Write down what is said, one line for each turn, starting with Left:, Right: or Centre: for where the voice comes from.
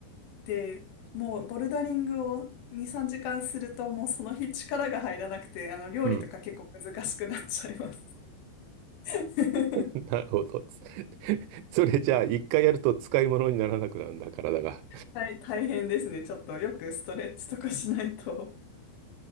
Left: で、もうボルダリングを2、3時間するともうその日力が入らなくて、あの料理とか結構難しくなっちゃいます。
Right: うん。
Left: <laughs>
Right: <laughs> なるほど。<laughs> それじゃあ、一回やると使い物にならなくなるんだ、体が。
Left: 大大変ですね。ちょっとよくストレッチとかしないと。